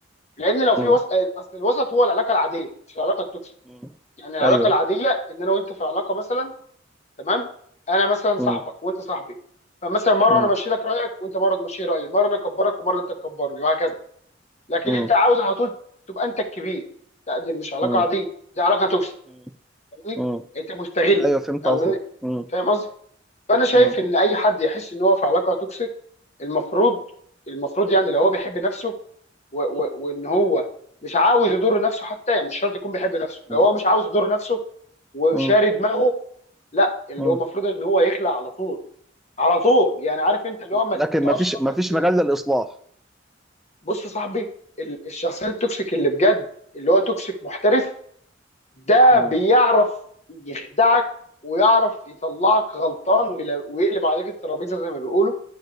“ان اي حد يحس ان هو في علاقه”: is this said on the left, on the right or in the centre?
Left